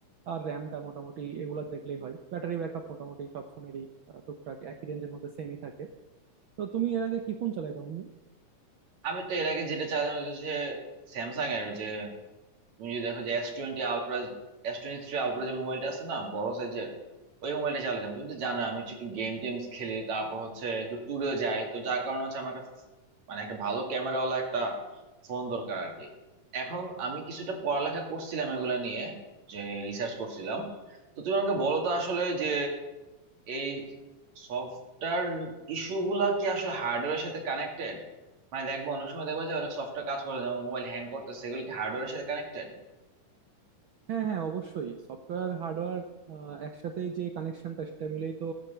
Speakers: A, on the right; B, on the right.
A: আর র্যামটা মোটামুটি এগুলা দেখলেই হয় ব্যাটারি ব্যাকআপ মোটামুটি সব ফোনেরই আহ, টুকটাক একই রেঞ্জের মধ্যে সেমই থাকে তো তুমি এর আগে কি ফোন চালাইতা বন্ধু
B: আমি তো এর আগে যেটা চাইলাম যে স্যামসাং এর যে তুমি যদি দেখো যে S twenty Ultra S twenty three Ultra যে মোবাইলটা আছে না বড় সাইজের ওই মোবাইলটা চালিয়ে যাবো তুমি তো জানো আমি হচ্ছে একটু গেম টেমস খেলি তারপর হচ্ছে একটু ট্যুরেও যাই তো যার কারণে হচ্ছে আমার একটা মানে একটা ভালো ক্যামেরাওয়ালা একটা ফোন দরকার আর কি এখন আমি কিছুটা পড়ালেখা করছিলাম এগুলা নিয়ে যে রিসার্চ করছিলাম তো তুমি আমাকে বলো তো আসলে যে এই সফটওয়্যার ইস্যু গুলা কি আসলে হার্ডওয়্যারের সাথে কানেক্টেড মানে দেখবো অনেক সময় দেখবো যে অনেক সফটওয়্যার কাজ করে না, যেমন মোবাইল হ্যাং করতেছে এগুলো কি হার্ডওয়্যারের সাথে কানেক্টেড
A: হ্যাঁ হ্যাঁ অবশ্যই সফটওয়্যার হার্ডওয়্যার একসাথে যে কানেকশনটা সেটা মিলেই তো